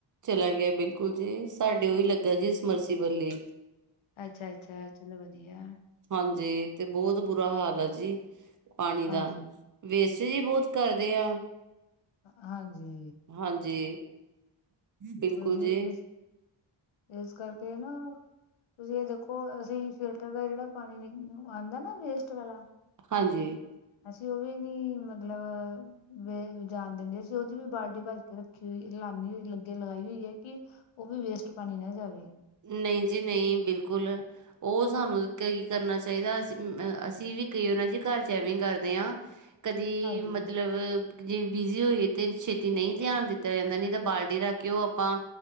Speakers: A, on the right; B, on the left.
A: ਚੱਲਾ ਗਿਆ ਬਿਲਕੁਲ ਜੀ, ਸਾਡੇ ਉਹੀ ਲੱਗਾ ਸਮਰਸੀਬੱਲ ਈ
B: ਅੱਛਾ-ਅੱਛਾ ਚਲੋ ਵਧੀਆ।
A: ਹਾਂਜੀ ਤੇ ਬਹੁਤ ਬੁਰਾ ਹਾਲ ਆ ਜੀ ' <inaudible> ' ਪਾਣੀ
B: ਹਾਂਜੀ
A: ਦਾ। ਵੇਸਟੇਜ ਹੀ ਬਹੁਤ ਕਰਦੇ ਆ।
B: ਹਾਂਜੀ।
A: ਹਾਂਜੀ, ਬਿਲਕੁਲ
B: ਜੀ
A: ਜੀ‌।
B: ਇਸ ਇਸ ਕਰਕੇ ਨਾ ਤੁਸੀਂ ਇਹ ਦੇਖੋ ਅਸੀਂ ਫਿਲਟਰ ਦਾ ਜਿਹੜਾ ਪਾਣੀ ਆਂਦਾ ਨਾ ਵਾਲਾ' '
A: ਹਾਂਜੀ
B: <inaudible> ਅਸੀਂ ਉਹ ਵੀ ਨੀ ਮਤਲਬ, ਵੇ ਜਾਣ ਦਿੰਦੇ ਅਸੀਂ ਉਹਦੀ ਵੀ ਬਾਲਟੀ ਭਰ ਕੇ ਰੱਖ ਰੱਖੀ ਹੋਈ ਲੀ ਹੋਈ ਲੱਗੇ ਲਗਾਈ ਹੋਈ ਹੈ ਕਿ, ਉਹ ਵੀ ਵੇਸਟ ਪਾਣੀ ਨਾ ਜਾਵੇ।
A: ਨਹੀਂ ਜੀ ਨਹੀਂ, ਬਿਲਕੁਲ। ਉਹ ਸਾਨੂੰ ਕੀ ਕਰਨਾ ਚਾਹੀਦਾ, ਅਸੀਂ ਅ ਅਸੀਂ, ਵੀ ਕਈ ਉਹਨਾਂ ਜ ਘਰ 'ਚ' ਐਵੇਂ ਕਰਦੇ ਆਂ। ਕਦੀ
B: ਹਾਂਜੀ
A: ਮਤਲਬ ਜੇ ਬਿਜ਼ੀ ਹੋਈਏ ਤੇ ਛੇਤੀ ਨਹੀਂ ਧਿਆਨ ਦਿੱਤਾ ਜਾਂਦਾ ਨਹੀਂ ਤਾਂ ਬਾਲਟੀ ਰੱਖ ਕੇ ਉਹ ਆਪਾਂ